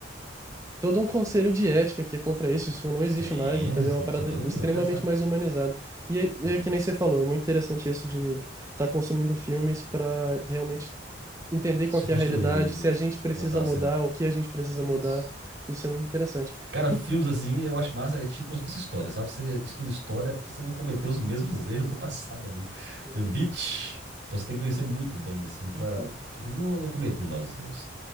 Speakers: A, on the right; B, on the right.
A: todo um conselho de ética que é contra isso, isso não
B: Sim,
A: existe mais, entendeu? É uma parada
B: você é doido?
A: extremamente
B: Era pesado.
A: mais humanizada. E, é- e
B: Sim.
A: é que nem você falou, é muito interessante isso de estar consumindo filmes para realmente entender
B: Se
A: qual que
B: construir,
A: é a realidade, se a gente precisa
B: moldar
A: mudar,
B: seu.
A: o que a gente precisa
B: Isso.
A: mudar. Isso é muito interessante.
B: Cara,
A: En-
B: filmes assim, eu acho massa, é tipo como se fosse história, sabe? Você estuda história pra você não cometer os mesmos erros do passado ali.
A: Uhum,
B: Evite. Então você tem que conhecer muito bem, assim, pra
A: Enfim,
B: não, não cometer novos erros.